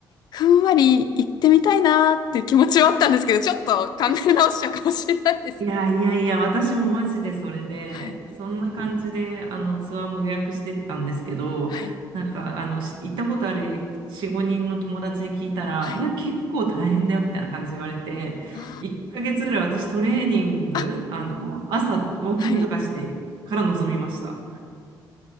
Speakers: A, on the left; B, on the right.
A: ふんわり行ってみたいなーっていう気持ちはあったんですけど、ちょっと考え直しちゃうかもしれないです。
B: いやいやいや、私もマジでそれで、
A: はい、
B: そんな感じであのツアーも予約してたんですけど、
A: はい、
B: なんかあのし行ったことある4、5人の友達に聞いたら、
A: はい。
B: いや、結構大変だよみたいな感じで言われて、
A: あ
B: 1ヶ月ぐらい私トレーニング、
A: ー、あ、
B: あの朝ウォーキングとかしてから臨みました。
A: はい。